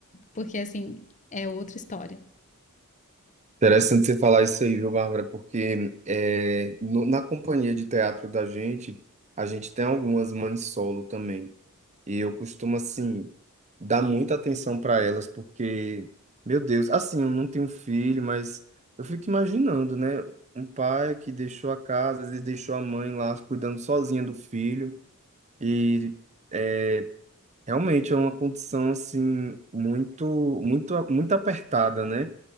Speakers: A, on the left; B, on the right.
A: porque assim é outra história.
B: Interessante você falar isso aí, viu, Bárbara? Porque é, no- na companhia de teatro da gente, a gente tem algumas mães solo também. E eu costumo, assim, dar muita atenção para elas, porque, meu Deus, assim, eu não tenho filho, mas eu fico imaginando, né? Um pai que deixou a casa, às vezes deixou a mãe lá cuidando sozinha do filho. E é, realmente é uma condição, assim, muito, muito, muito apertada, né?